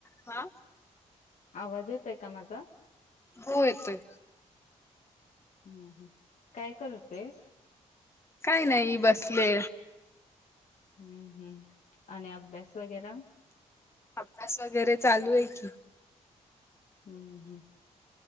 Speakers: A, on the left; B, on the left.
A: हा
B: आवाज येत आहे का माझा
A: हो येतोय
B: हं हं काय करतेस
A: काही नाही बसले
B: हं हं आणि अभ्यास वगैरा
A: अभ्यास वगैरे चालू आहे कि
B: हं हं